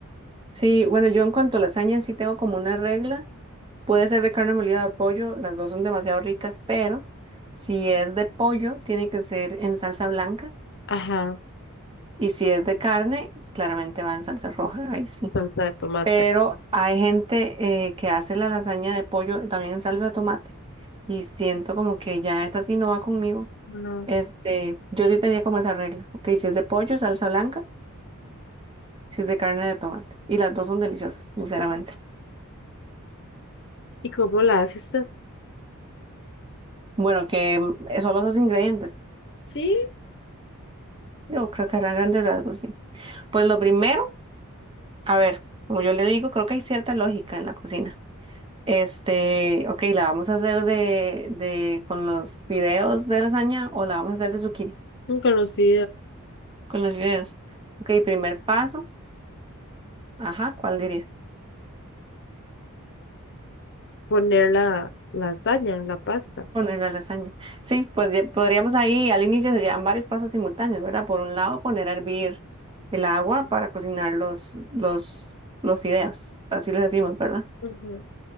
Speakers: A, on the right; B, on the left.
A: Sí, bueno, yo en cuanto a lasaña sí tengo como una regla. Puede ser de carne molida o de pollo, las dos son demasiado ricas, pero si es de pollo, tiene que ser en salsa blanca.
B: Ajá,
A: Y si es de carne, claramente va en salsa roja, ahí sí.
B: salsa de tomate.
A: Pero hay gente eh, que hace la lasaña de pollo también en salsa de tomate. Y siento como que ya esta sí no va conmigo.
B: No.
A: Este, yo sí tenía como esa regla. Ok, si es de pollo, salsa blanca, si es de carne de tomate. Y las dos son deliciosas, sinceramente.
B: ¿Y cómo la hace usted?
A: Bueno, que mm, solo esos ingredientes.
B: Sí,
A: Yo creo que habrá grandes rasgos, sí. Pues lo primero, a ver, como yo le digo, creo que hay cierta lógica en la cocina. Este, ok, ¿la vamos a hacer de, de con los fideos de lasaña o la vamos a hacer de zucchini?
B: nunca los sé
A: Con los fideos. Ok, primer paso. Ajá, ¿cuál dirías?
B: poner la lasaña, la pasta.
A: Poner la lasaña. Sí, pues ya podríamos ahí, al inicio se llevan varios pasos simultáneos, ¿verdad? Por un lado, poner a hervir el agua para cocinar los, los, los fideos. Así les decimos, ¿verdad?
B: Ujú,